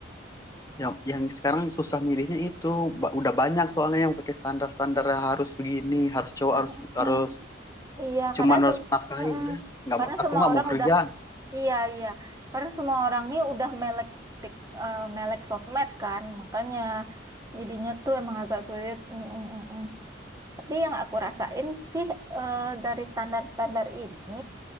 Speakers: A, on the left (about 15°); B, on the right (about 15°).
A: yang yang sekarang susah milihnya itu Ba- udah banyak soalnya yang pakai standar-standar yang harus begini harus cowok
B: Mm,
A: harus
B: mm.
A: harus
B: Iya,
A: cuman
B: karena
A: harus
B: sem
A: menafkahi
B: Mm-mm.
A: udah nggak
B: karena
A: mau aku
B: semua
A: nggak
B: orang
A: mau kerja
B: udah iya iya, karena semua orang nih udah melek tik, eh, melek sosmed kan, makanya jadinya tuh emang agak sulit. Mm-mm-mm. Tapi yang aku rasain sih eh, dari standar-standar ini